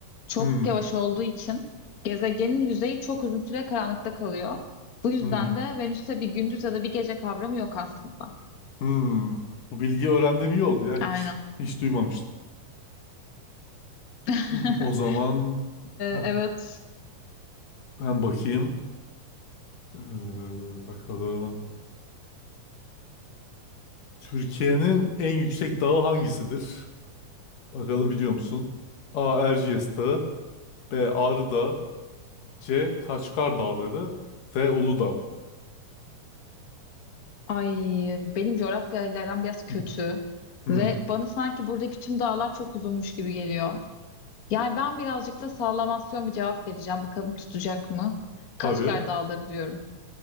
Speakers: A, on the left; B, on the left.
A: çok
B: Hmm,
A: yavaş olduğu için gezegenin yüzeyi çok uzun süre karanlıkta kalıyor. Bu yüzden
B: hmm,
A: de Venüs'te bir gündüz ya da bir gece kavramı yok aslında.
B: hmm. Bu bilgiyi öğrendiğim iyi oldu ya. Hiç
A: Aynen.
B: hiç duymamıştım.
A: <laughs>
B: <laughs> O zaman ah,
A: E, evet.
B: ben bakayım. Ee, bakalım. Türkiye'nin en yüksek dağı hangisidir? Bakalım biliyor musun? A. Erciyes Dağı B. Ağrı Dağı C. Kaçkar Dağları D. Uludağ
A: Ay benim coğrafyayla aram biraz kötü
B: <laughs> Hmm,
A: ve bana sanki buradaki tüm dağlar çok uzunmuş gibi geliyor. Yani ben birazcık da sallamasyon bir cevap vereceğim. Bakalım tutacak mı?
B: tabii.
A: Kaçkar Dağları diyorum.